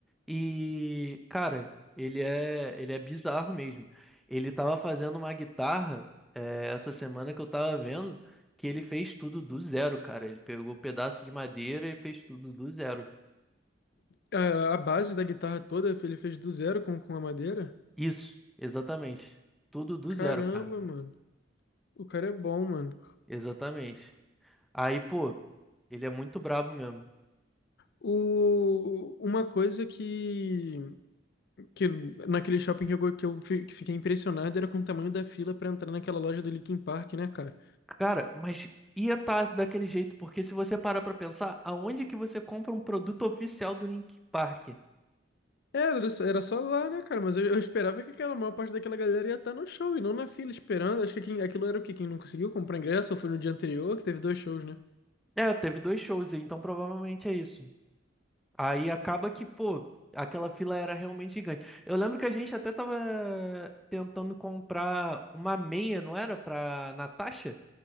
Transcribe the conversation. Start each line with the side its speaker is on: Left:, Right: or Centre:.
Centre: E, cara, ele é, ele é bizarro mesmo. Ele tava fazendo uma guitarra, eh, essa semana que eu tava vendo, que ele fez tudo do zero, cara. Ele pegou um pedaço de madeira e fez tudo do zero.
Left: A, a base da guitarra toda ele fez do zero com, com a madeira.
Centre: Isso, exatamente. Tudo do
Left: Caramba,
Centre: zero, cara.
Left: mano. O cara é bom, mano.
Centre: Exatamente. Aí, pô, ele é muito brabo mesmo.
Left: O, uma coisa que, que naquele shopping que eu, go- que eu fi- que fiquei impressionado era com o tamanho da fila pra entrar naquela loja do Linkin Park, né, cara?
Centre: Cara, mas ia estar daquele jeito, porque se você parar pra pensar, aonde que você compra um produto oficial do Linkin Park?
Left: Era, era só era só lá, né, cara? Mas eu, eu esperava que aquela maior parte daquela galera ia estar no show e não na fila esperando. Acho que quem- aquilo era o quê? Quem não conseguiu comprar ingresso ou foi no dia anterior, que teve dois shows, né?
Centre: É, teve dois shows, aí, então provavelmente é isso. Aí acaba que, pô, aquela fila era realmente gigante. Eu lembro que a gente até tava tentando comprar uma meia, não era? Pra Natasha?